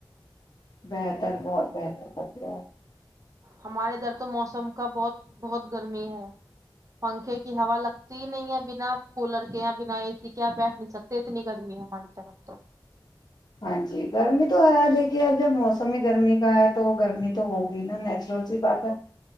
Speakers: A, on the left; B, on the right.
A: بہتر بہت بہتر کرتے ہو آپ
B: ہمارے ادھر تو موسم کا بہت بہت گرمی ہے پنکھے کی ہوا لگتی نہیں ہے بنا کولر کے یا بنا اے سی کے یہ بیٹھ نہیں سکتے اتنی گرمی ہے ہماری طرف تو
A: ہاں جی گرمی تو ہے دیکھیے اب جب موسم ہی گرمی کا ہے تو گرمی تو ہوگ نا نیچرل سی
B: بالکل
A: بات ہے